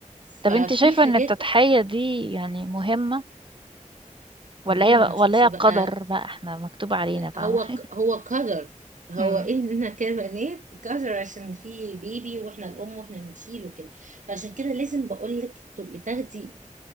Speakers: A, on the right; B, on the right.
A: ففي
B: طب انت شايفة
A: حاجات
B: ان التضحية دي يعني مهمة ولا
A: مهمة
B: هي
A: مع
B: ولا
A: شخص
B: هي
A: بقى
B: قدر بقى احنا مكتوب علينا
A: لا
B: فاهمة
A: هو ك-
B: <laughs>
A: هو قدر هو
B: مم.
A: إحنا كبنات قدر عشان في بيبي وإحنا الأم وإحنا بنشيله كده فعشان كده لازم بقولك تبقي تاخدي